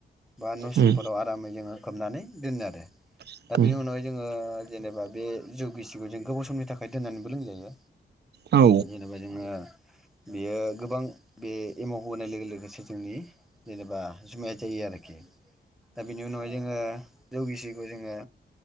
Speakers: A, in the centre; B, on the right (about 65°).
A: बा नसिंफोराव
B: उम
A: आरामै जोङो खोबनानै दोनो आरो
B: उम
A: दा बेनि उनावहाय जोङो जेनेबा बे जौ गिसिगौ जों गोबाव समनि थाखाय दोननानै बो लों जायो
B: औ
A: जेनेबा जोङो बेयो गोबां बे एमावखौ होनाय लोगो लोगोसे जोंनि जेनेबा जुमाया जायो आरोखि दा बेनि उनावहाय जोङो जौगिसिखौ जोङो